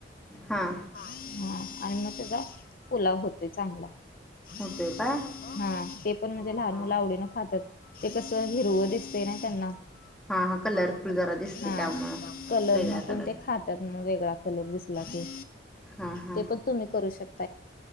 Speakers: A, in the centre; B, on the left (about 50°).
A: हां
B: हा, आणि मग त्याचा पुलाव होतोय चांगला. हा,
A: होतं काय
B: ते
A: हां
B: पण म्हणजे लहान
A: हां
B: मुलं आवडीनं <unintelligible> ते कस हिरवं दिसतय ना त्या <unintelligible>
A: <unintelligible>
B: हा कलर,
A: जरा दिसते
B: हा
A: त्यामुळं
B: कलर
A: वेगळ्या
B: न पण
A: कलर
B: ते खातात मग वेगळा कलर दिसला की
A: हां हां
B: ते पण तुम्ही करू <unintelligible>